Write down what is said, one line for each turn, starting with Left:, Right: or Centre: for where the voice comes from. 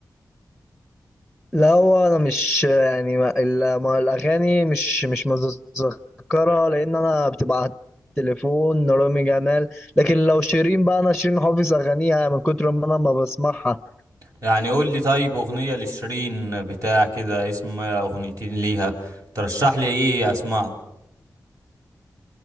Centre: لا هو انا مش يعني ما, ال- ما الاغاني مش مش متذكرها لان انا بتبقى على التليفون رامي جمال لكن لو شيرين بقى انا شيرين حافظ اغانيها من كتر ما انا ما بسمعها
Right: يعني قول لي طيب اغنيه لشيرين بتاع كده اسم اغنيتين ليها ترشح لي ايه اسمعه